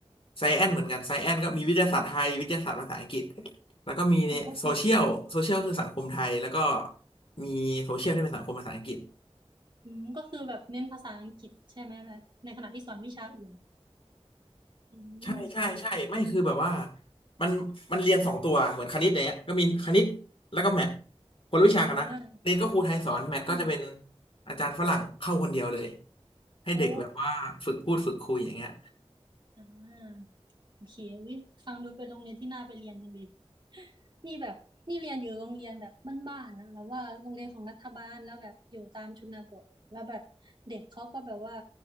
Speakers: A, on the left; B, on the right.
A: ไซแอนเหมือนกันไซแอนก็มีวิทยาศาสตร์ไทยวิทยาศาสตร์ภาษาอังกฤษแล้วก็มีโซเชียลโซเชียลคือสังคมไทยแล้วก็
B: โอ้ก็คือ
A: มีโซเชียลที่เป็นสังคมภาษาอังกฤษ
B: อืมก็คือแบบเน้นภาษาอังกฤษใช่ไหมแบบในขณะที่สอนวิชาอื่นอืมโอเค
A: ใช่ใช่ใช่ไม่คือแบบว่ามันมันเรียนสองตัวเหมือนคณิตอย่างเงี้ยก็มีคณิตแล้วก็แมทคนละวิชากันนะคณิตก็ครูไทยสอนแมทก็จะเป็น
B: อ่าอืม
A: อาจารย์ฝรั่งเข้าคนเดียวเลยให้เด็กแบบว่าฝึกพูดฝึกคุยอย่างเงี้ย
B: โอ้อ่า โอเควิฟังดูเป็นโรงเรียนที่น่าไปเรียนจริงดินี่แบบนี่เรียนอยู่โรงเรียนแบบบ้านๆนะแล้วว่าโรงเรียนของรัฐบาลแล้วแบบอยู่ตามชนบทแล้วแบบเด็กเขาก็แบบว่า